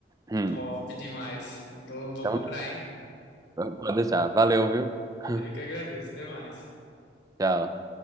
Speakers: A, on the right; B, on the left.
A: Hum.
B: Top demais. Então, vou
A: Então,
B: cobrar, hein?
A: pode deixar. Valeu, viu? <laughs>
B: Eu que agradeço. Até mais.
A: Tchau.